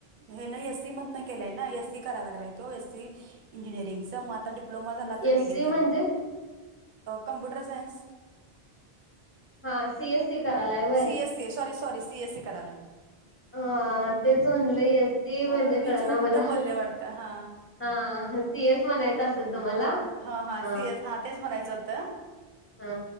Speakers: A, on the right; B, on the left.
A: हेन एसी मधन केलंय एसी करा लागला तो एसी इंजिनिरींग च म आता डिप्लोमा झाला तर
B: एस
A: डिग्री
B: सी
A: करणार
B: म्हणजे
A: कॉम्प्युटर सायन्स
B: हा,, सीएस सी करायलाय वय.
A: CSC sorry sorry C AC करायला
B: अ तेच म्हणलंय ती
A: हा
B: म्हणजे
A: मीच
B: कळ
A: उलट
B: ना मला
A: बोलले वाटतं हा
B: हा सी एस म्हणायच
A: हा
B: असेल
A: हा.
B: तुम्हाला
A: हा हा
B: अ
A: सीएस हा तेच म्हणायचं होतं.
B: हा